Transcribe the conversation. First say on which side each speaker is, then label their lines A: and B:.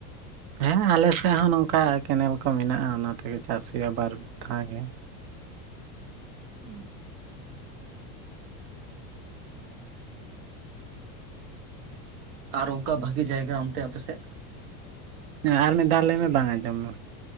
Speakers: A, on the right (about 45°); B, on the right (about 80°).
A: ᱦᱮᱸ ᱟᱞᱮ ᱥᱮᱫ ᱦᱚᱸ ᱱᱚᱝᱠᱟ ᱠᱮᱱᱮᱞ ᱠᱚ ᱢᱮᱱᱟᱜ-ᱟ ᱚᱱᱟ ᱛᱮᱜᱮ ᱪᱟᱥ ᱦᱩᱭᱩᱜ-ᱟ ᱵᱟᱨ ᱫᱷᱟᱣ ᱜᱮ᱾
B: ᱦᱩᱸ᱾ ᱟᱨ ᱚᱝᱠᱟ ᱵᱷᱟᱜᱤ ᱡᱟᱭᱜᱟ ᱚᱱᱛᱮ ᱟᱯᱮ ᱥᱮᱫ?
A: ᱦᱮᱸ ᱟᱨ ᱢᱤᱫ ᱫᱷᱟᱣ ᱞᱟᱹᱭ ᱢᱮ ᱵᱟᱝ ᱟᱸᱡᱚᱢᱟ᱾